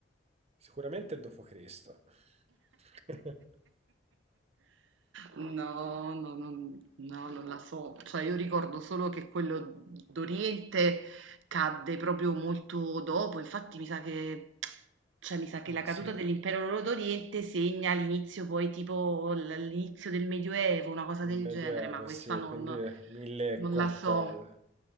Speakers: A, on the right; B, on the right.
A: Sicuramente d.C. <laughs>
B: No, no, non no, non la so. Cioè, io ricordo solo che quello d'Oriente cadde proprio molto dopo. Infatti, mi sa che, cioè, mi sa che
A: Mm,
B: la caduta
A: Sì,
B: dell'impero d'Oriente segna l'inizio, poi, tipo, l- l'inizio del Medioevo, una cosa
A: il
B: del
A: Medioevo,
B: genere, ma questa
A: sì,
B: non,
A: quindi mille
B: non
A: e qualcosa.
B: la so.